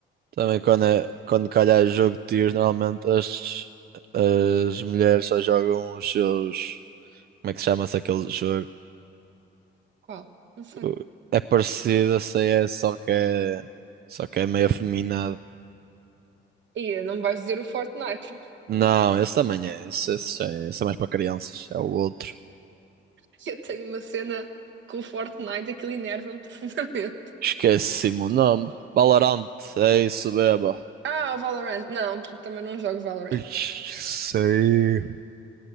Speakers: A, on the right (about 50°); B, on the right (about 70°).
A: Também quando, é, quando calhar é jogo de tiros, normalmente as, as mulheres só jogam os seus. Como é que chama-se aquele jogo?
B: Qual? Não sei.
A: O- É parecido a CS, só que é, só que é meio afeminado.
B: E não me vais dizer o Fortnite.
A: Não, esse também é. Esse, esse, é, esse é mais para crianças. É o outro.
B: <laughs> Eu tenho uma cena com o Fortnite, aquilo enerva-me <laughs> profundamente.
A: Esqueci-me o nome. Valorant, é isso, beba.
B: Ah, o Valorant. Não, também não jogo Valorant.
A: Ixi, sei aí,